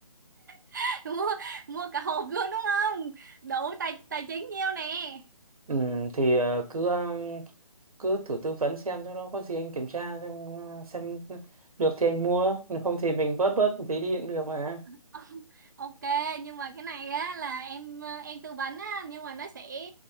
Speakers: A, on the right; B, on the right.
A: <laughs> mua mua cả hộp luôn đúng không đủ tài tài chính nhiêu nè
B: Ừ, thì ờ, cứ ờ, cứ thử tư vấn xem cho nó có gì anh kiểm tra xem, ờ, xem được thì anh mua còn không thì mình bớt bớt một tí đi cũng được mà
A: <laughs> Ok nhưng mà cái này á là em ờ, em tư vấn á nhưng mà nó sẽ